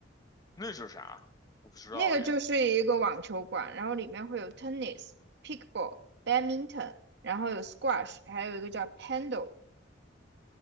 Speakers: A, on the left; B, on the right.
A: 那是啥？我不知道哎。
B: 那个就是一个网球馆，然后里面会有 tennis、pickleball、badminton，然后有 squash，还有一个叫 paddle。